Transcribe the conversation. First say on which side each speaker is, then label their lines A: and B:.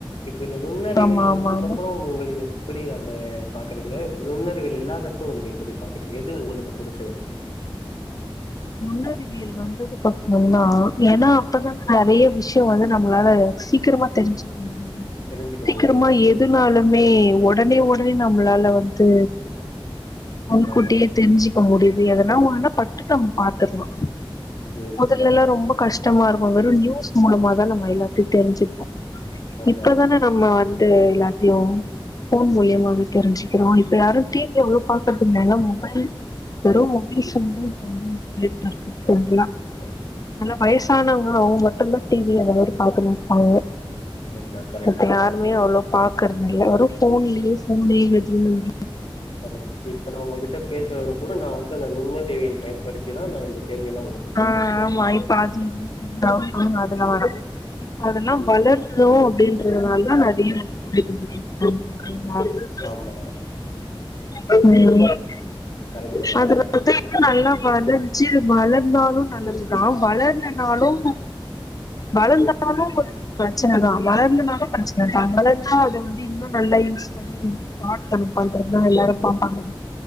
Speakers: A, on the left; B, on the left.
A: இப்போ இந்த முன்னறிவில்
B: ஆமா
A: வந்ததுக்கு
B: ஆமா ஆமா
A: அப் உங்கங்க எப்படி அந்த பாக்குறீங்க நுண்ணறிவில் இல்லாதப்போ உங்க எப்படி பாக்குறீங்க எது உங்களுக்கு புடிச்சது
B: முன்னறிவியல் வந்ததுக்கு அப்ரோதா ஏனா அப்பதான நறைய விஷ யோ வந்து நம்மளால சீக்கிரமா தெரிஞ்சு முடியது
A: தெரிஞ்சுக்க
B: சீக்கிரமா
A: முடியுது இப்
B: எதுனாலுமே உடனே உடனே நம் ம்பளால வந்து முன்கூட்டியே
A: ஆமா
B: தெரிஞ்சிக்க முடியுது எதன ஒன்னுனா பட்டு த பார்த்துருலா
A: ம்
B: முதல்ல
A: ஆமா
B: எல்லா ரொம்ப கஷ் டமா இருக்கு வெறு நியூஸ் மூலமா தா நம்ம எல்லாத்தையு தெரிஞ்சுப்போ
A: ஆமா
B: இப்பதானே
A: ஆமா
B: நம்ம வந்த் ந்த் எல்லாத்தையு ஃபோன் மூலியமாவே
A: ம்
B: தெரிஞ்சுக்கிறோ யாரு டிவி அவ்ளவா பாக்கறதுல்ல மொபைல் வெறு உபேஷ
A: ம்
B: தா இப்போ வந்து <unintelligible> <unintelligible>
A: ஆமா ஆமா
B: ஆனா வயசானவங்க அவங்க தமிழ் டிவில அந்தமாரி பாக்கணு <unintelligible>
A: ஆமா கரெக்ட்
B: அது
A: கரெக்ட்
B: யாருமே அவ்வளோ பா குரதுல வெறு போன்லயே போனே எல்லாத்தையு
A: கர்க்ட் இப்ப நா உங்ககிட்ட பேசிறது கூட நா வந்து அந்த நுண்ணறிவியல் பயன்படுத்திதா நா இந்த கேள்வியெல்லா உங்ககிட்ட
B: ஆஹ்
A: கேக்குறே
B: ஆமா இப்ப அது <inaudible> அதெல்லா வேணா அதெல்லா
A: ம்
B: வளர்ணு அப்டின் <unintelligible> நல்லா <unintelligible>
A: ஆமா ஆமா கரெக்ட்
B: வாய்ப்பு குடுக்கணு <inaudible>
A: தா கரெக்ட்
B: <inaudible>
A: தா
B: <inaudible> நல்லா பாடுன் சே வள ந்தாலு நல்லது தா வளர்லனாலு <inaudible> வளந்தாலு
A: ம்
B: வந்து பிரச்சன தா வளர்லனாலு பிரச்சன தா வளந்தா அத வந்து இன்னு நல்லா யூஸ் பண்ணி ஃப்ராடு தனோ பண்றது
A: ஆமா
B: தா எல்லாரு பாப்பாங்க